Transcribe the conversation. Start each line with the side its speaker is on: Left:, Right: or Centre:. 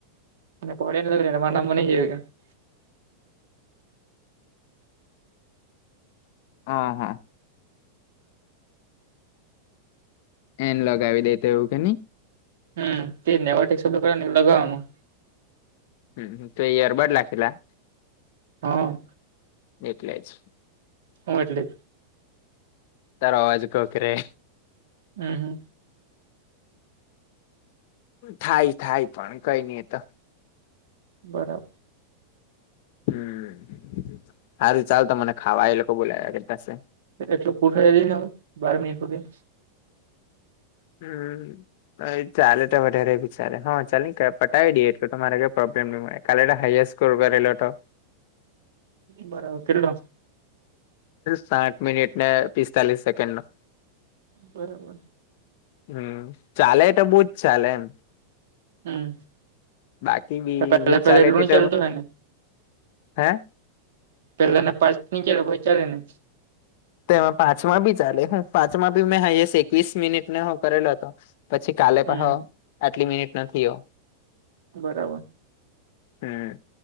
Right: <unintelligible>
Left: હ હ. એન લગાવી દેતો એવું કે ન.
Right: હમ તે નેવાટે એક સબ કર એવ ગાવાનું.
Left: હમ તો એ યરબર્ડ લખેલા.
Right: હા.
Left: એટલે જ.
Right: હા એટલે
Left: તાર અવાજ કોકરે.
Right: હમ્મ હમ્મ.
Left: થાય થાય પણ કઈ નઈ તો.
Right: બરા
Left: હમ્મ, હારું ચાલ તો મને ખાવા એ લોકો બોલાયા કેતાશે.
Right: એટલે <unintelligible> બાર મિનિટ સુધી.
Left: હમ્મ, એ ચાલે તો વધારે ચાલે હા ચાલ પાવી દેએ એટ તમારે કઈ પ્રોબ્લેમ નહી મળે કાલે હાર સ્કોર કરેેલો હતો.
Right: બરાબર કેલો?
Left: સાઠ મિનિટ ને પિસ્તાલીસ સેકન્ડ નો.
Right: બરાબર
Left: હમ્મ, ચાલે એટ બુજ ચાલે એમ.
Right: હમ
Left: બાકી
Right: પેલા
Left: મી
Right: પેલા
Left: ચાલે
Right: એટલું
Left: તે
Right: નઈ
Left: તો
Right: ચાલતું હોય ને
Left: હે?
Right: પેલાને પા નીચે પછ ચા ને.
Left: તેમાં પાંચમા બી ચાલે હું પાંચમા બી મેં હાઈસ એકવીસ મિનિટ ને હું કરેલો હતો. પછી કાલે
Right: હમ
Left: પહો આટલી મિનિટ નથી હો.
Right: બરાબર.
Left: હમ્મ.